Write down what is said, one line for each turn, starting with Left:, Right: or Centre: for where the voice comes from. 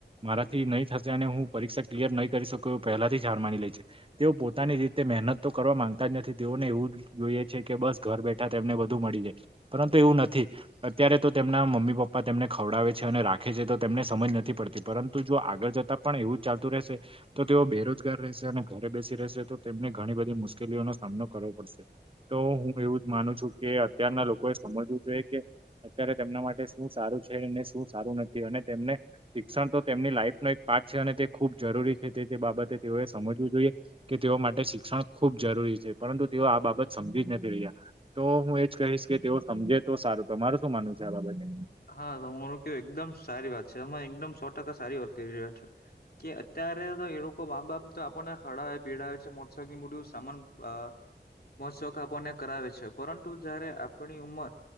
Right: મારાથી નહી થશે અને હું પરીક્ષા ક્લિયર નહીં કરી શકું એ પહેલાથી જ હાર માની લે છે. તેઓ પોતાની રીતે મહેનત તો કરવા માંગતા જ નથી તેઓને એવું જ જોઈએ છે કે બસ ઘર બેઠા તેમને બું બધું મળ જાય પરંતુ એવું નથી અત્યારે તો તેમના મમ્મી પપ્પા તેમને ખવડાવે છે અને રાખે છે તો. અમને સમજ નથી પડતી પરંતુ જો આગળ જતા પણ એવું જ ચાલતું રહેશે તો તેઓ બેરોજગાર રહેશે અને. ઘરે બેસી રહેશે તો તેમને ઘણી બધી મુશ્કેલીઓનો સામનો કરવો પડશે તો હું એવું જ માનું છું. કે અત્યારના લોકોએ સમજવું જોઈએ કે અત્યારે તેમના માટે શું સારું છે ને શું સારું નથી અને. તેમને શિક્ષણ તો તેમની લાઈફ ન એક પાઠ છે અને તે ખુબ જરૂરી છે તે તે બાબતે તેઓએ સમજવું જોઈએ. કે તેઓ માટે શિક્ષણ ખૂબ જરૂરી છે પરંતુ તેઓ આ બાબત સમજી જ નથી રહ્યા. તો હું એજ કહીશ કે તેવું સમજે તો સારું તમારું શું માનવું છે આ બાબતે.
Left: હા તો માર કેવું એકદમ સારી વાત છે અમે એકદમ સો ટકા સારી વાત કરી રહ્યા છો. કે અત્યારે તો એ લોકો મા બાપ તો આપણને ખડા પીવડા છે મોત્સોખ્ મોટું સામાન અ મો શોખ આપને કરાવે છે પરંતુ જયારે આપણી ઉંમર